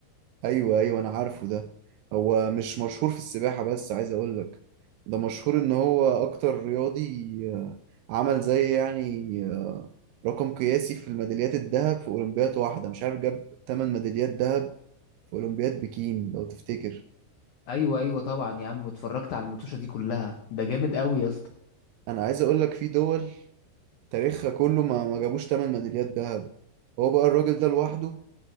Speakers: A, on the right; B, on the left.
A: ايوه ايوه انا عارفه ده هو مش مشهور في السباحة بس عايز اقول لك ده مشهور ان هو اكتر رياضي آه، عمل زي يعني آه، رقم قياسي في الميداليات الذهب في اولمبياد واحدة مش عارف جاب 8 ميداليات ذهب في اولمبياد بكين لو تفتكر
B: ايوه ايوه طبعا يا عم اتفرجت على المطوشه دي كلها ده جامد قوي يا اسطى
A: انا عايز اقول لك في دول تاريخها كله ما ما جابوش 8 ميداليات ذهب هو بقى الراجل ده لوحده